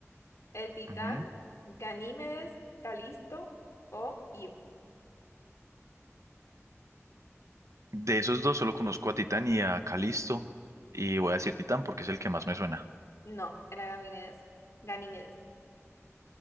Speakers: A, on the left (about 70°); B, on the right (about 80°).
A: El Titán,
B: Ujú.
A: Ganímedes, Calisto o Io.
B: De esos dos solo conozco a Titán y a Calisto. Y voy a decir Titán porque es el que más me suena.
A: No, era Ganímedes. Ganímedes.